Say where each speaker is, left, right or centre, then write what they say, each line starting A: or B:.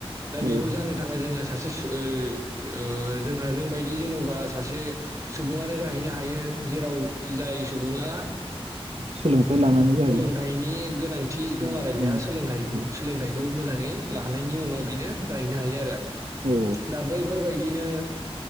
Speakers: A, on the right; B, on the right.
A: दा बेखौ
B: औ
A: जानो थाखाय जोंहा सासे <unintelligible> जोंहा जोंबायदि जेनबा सासे सुबुङानो जाहैनो हायो जेराव जाय सुबुङा
B: सोलोंथाइ लानानै जाहैयो
A: सोलोंथाइनि गोनांथि
B: उम
A: दं आरो बेहा
B: उम
A: सोलोंथाइ
B: औ
A: सोलोंथाइखौ मोजाङै लानायनि उनाव बिनो जाहैनो हायो आरो
B: औ
A: दा बैफोरबायदि बिनो